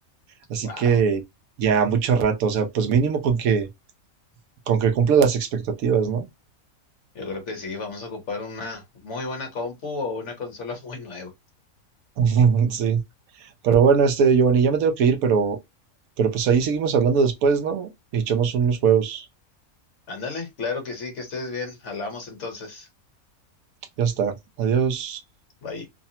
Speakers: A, on the right (about 75°); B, on the left (about 55°).
A: Así
B: Wow.
A: que ya mucho rato, o sea, pues mínimo con que, con que cumpla las expectativas, ¿no?
B: Yo creo que sí, vamos a ocupar una muy buena compu o una consola muy nueva.
A: <laughs> Sí. Pero bueno, este, Giovanni, ya me tengo que ir, pero, pero pues ahí seguimos hablando después, ¿no? Y echamos unos juegos.
B: Ándale, claro que sí, que estés bien. Hablamos entonces.
A: Ya está. Adiós.
B: Bye.